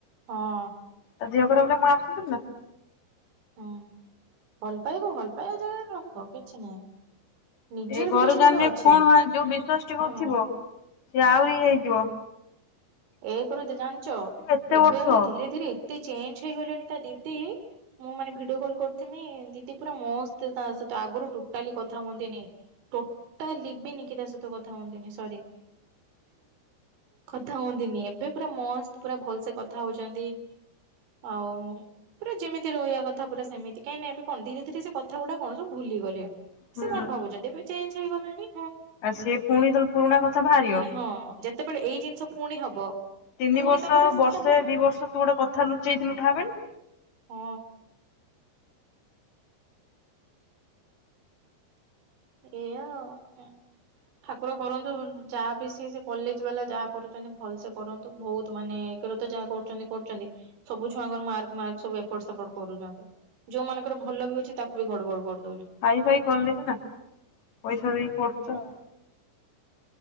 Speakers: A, on the right; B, on the left.
A: ହଁ।
B: ତା ଦେହ ଖରାପ ବୋଲି ମା ଆସିନଥିଲା ।
A: ହୁଁ ଭଲ ପାଇବାକୁ ଭଲ ପାଇବା ଜାଗାରେ ରଖ କିଛି ନାହିଁ। ନିଜର
B: ଏଇ ଘରେ
A: ବି କିଛି
B: ଜାଣିଲେ
A: ଗୋଟେ ଅଛି
B: କଣ ହ ଯୋଉ ବିଶ୍ଵାସ ଟିକଥିବ
A: ହଁ
B: ସେ ଆହୁରି ଇଏ ହେଇଯିବ ।
A: ଏୟା କରୁଚି ଜାଣିଚ
B: ଏତେ
A: ଏବେ
B: ବର୍ଷ
A: ଆହୁରି ଧୀରେ ଧୀରେ ଏତେ ଚେଞ୍ଜ ହେଇଗଲେଣି ତା ଦିଦି ମୁଁ ମାନେ ଭିଡିଓ କଲ କରିଥିଲି ଦିଦି ପୁରା ମସ୍ତ ତା ସହିତ ଆଗରୁ ଟୋଟାଲି କଥା ହୁଅନ୍ତିନି ଟୋଟାଲି ଲିବିନି କି ତା ସହିତ କଥା ହୁଅନ୍ତିନି ସରି କଥା ହୁଅନ୍ତି। ଦିନି ଏବେ ପୁରା ମସ୍ତ ପୁରା ଭଲ ସେେ କଥା ହଉଛନ୍ତି ଆଉ ପୁରା ଯେମିତି ରହିବା କଥା ପୁରା ସେମିତି କାହିଁକି ନା ଏବେ କଣ ଧୀରେ ଧୀରେ ସେ କଥା ଗୁଡା କଣ ସବୁ ଭୁଲିଗଲେଣି।
B: ହୁଁ।
A: ସେ କଣ ଭାବୁଛନ୍ତି ଏବେ ଚେଞ୍ଜ୍ ହେଇଗଲେଣି
B: ଆଉ ସେ ପୁଣି ତ ପୁରୁଣା କଥା ବାହାରିବ
A: ପୁଣି ହଁ ଯେତେବେଳେ ଏଇ ଜିନିଷ ପୁଣି ହବ।
B: ତିନି
A: ପୁଣି
B: ବର୍ଷ
A: ତାଙ୍କର
B: ବର୍ଷେ
A: ସବୁ
B: ଦି ବର୍ଷ ତୁ ଗୋଟେ କଥା ଲୁଚେଇଥିଲୁ ଭାବେନି
A: ହଁ ହେୟା ଆଉ। ହ ଠାକୁର କରନ୍ତୁ ଯାହା ବି ସେ କଲେଜ ବାଲା ଯାହା କରୁଛନ୍ତି ଭଲ ସେ କରନ୍ତୁ। ବହୁତ ମାନେ ଏକ ରେ ତ ଯାହା କରୁଛନ୍ତି କରୁଛନ୍ତି ସବୁ ଛୁଆଙ୍କର ମାର୍କ ମାର୍କ ସବୁ ଏପଟ ସେପଟ କରୁଛନ୍ତି। ଯୋଉ ମାନଙ୍କର ଭଲ ବି ଅଛି ତାକୁ ବି ଗଡବଡ କରୁ
B: ହାଇ ଫାଇ କଲେ ନା ନା ପଇସା ଦେଇ କରୁଚ ଆଉ